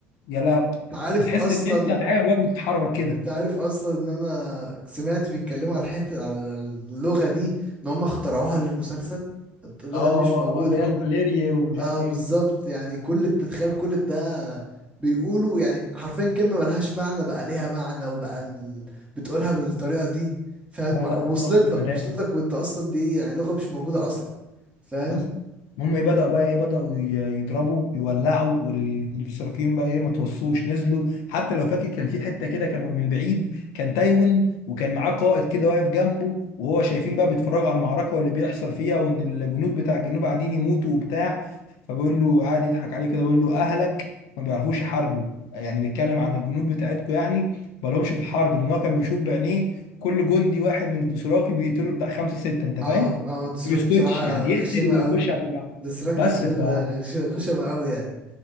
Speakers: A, on the left (about 60°); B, on the right (about 15°).
A: يا لا
B: انت عارف
A: بتحس
B: اصلا
A: ان انت في حاجه جواك بتتحرك كده
B: انت عارف اصلا ان انا سمعت بيتكلموا على الحتة على اللغة دي ان هم اخترعوها للمسلسل اللغة
A: اه
B: دي مش
A: اه
B: موجودة
A: اه اللي هي الفاليريا ومش
B: اه
A: عارف ايه
B: بالظبط
A: وبتاع.
B: يعني كل ده تخيل كل ده بيقولوا يعني حرفيا كلمة ملهاش معنى بقى ليها معنى وبقى ال... بتقولها بالطريقة دي فاهم
A: لا
B: وصلت
A: لا الصراحه جمدان
B: لك وصلت لك وانت اصلا دي يعني لغة مش موجودة اصلا فاهم
A: بس المهم ايه بدأوا بقى ايه بدأوا ي- يضربوا يولعوا والاشتراكيين بقى ايه ما توصوش نزلوا حتى لو فاكر كان في حتة كده كانوا من بعيد كان تايوان وكان معاه قائد كده واقف جنبه وهو شايفين بقى بيتفرجوا على المعركة واللي بيحصل فيها وان الجنود بتاع الجنوب قاعدين يموتوا وبتاع فبيقول له قاعد يضحك عليه كده بيقول له اهلك ما بيعرفوش يحاربوا يعني بيتكلم عن الجنود بتاعتكم يعني ما لهمش في الحرب لان هو كان بيشوف بعينيه كل جندي واحد من الدوسراكي بيقتله بتاع خمسة ستة انت
B: اه
A: فاهم
B: اه دي
A: يسكتش
B: بصراحة
A: يعني يقتل
B: غشيمة
A: ويخش
B: أوي
A: على اللي بعده
B: ديسراكس
A: بس
B: ده
A: ف
B: غش- غشم قوي يعني